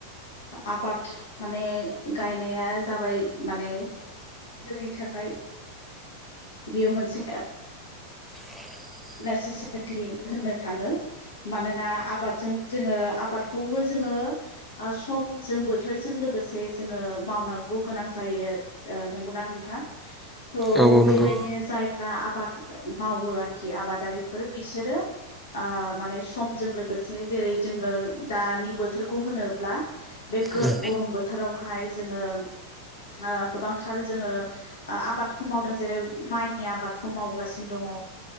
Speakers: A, on the left; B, in the centre.
A: आबाद माने गायनाया जाबाय माने जोंनि थाखाय बेयो मोनसे
B: <inaudible>
A: नेसेसिटि होननो थाङो मानोना आबादजों जोङो आबादखौबो जोङो समजों बोथोरजों लोगोसे जोङो मावनांगौ गोनां जायो। नोंगौना नोंथां? थ'
B: औ औ
A: बेबायदिनो
B: नंगौ।
A: जायफ्रा आबाद मावो आरोखि आबादारिफोर बिसोरो ओ माने सम जों लोगोसे जेरै जोङो दानि बोथोरखौ होनोब्ला बे गो-गरम
B: उम
A: बोथोराव हायो जोंङो ओ गोबांथार जोंङो आबखौ मावदों। जेरै माइनि आबादखौ मावगासिनो दङ ओ